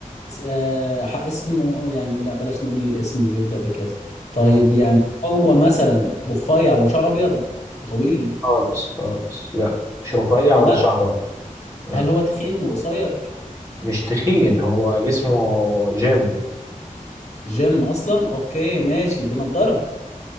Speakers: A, on the left (about 55°); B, on the right (about 25°).
A: اس- آه ح- اسمه يعني لا بلاش نقول الاسم بيبدأ بكذا طيب
B: مم.
A: يعني هو مثلا رفيع وشعر ابيض وطويل
B: خالص خالص لا مش رفيع
A: لا
B: ولا شعرة لا
A: هل هو تخين وقصير
B: مش تخين هو جسمه جيم
A: جيم اصلا اوكي ماشي بنضارة